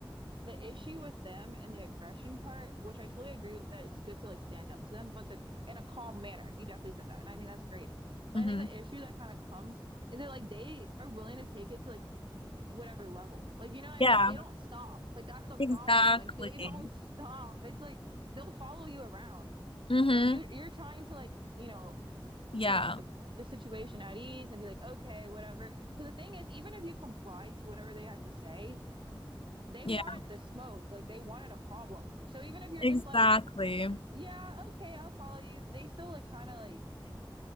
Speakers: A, on the right; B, on the left.
A: the issue with them and the aggression part, which I totally agree with, that it's good to like stand up to them, but the in a calm manner. You definitely said that. And I think that's great. But
B: hmm
A: I think the issue that kind of comes is that like they are willing to take it to like whatever level. Like, you know,
B: Yeah,
A: like they don't stop. Like that's the problem.
B: exactly.
A: Like they don't <laughs> stop. It's like they'll follow you around.
B: hmm
A: Like you you're trying to like, you know,
B: Yeah.
A: put the the situation at ease and be like, okay, whatever. Because the thing is, even if you complied to whatever they had to say, they
B: Yeah,
A: wanted the smoke. Like they wanted a problem. So even if you're
B: exactly.
A: just like,
B: You
A: yeah, okay, I'll follow you, they still like kind of like,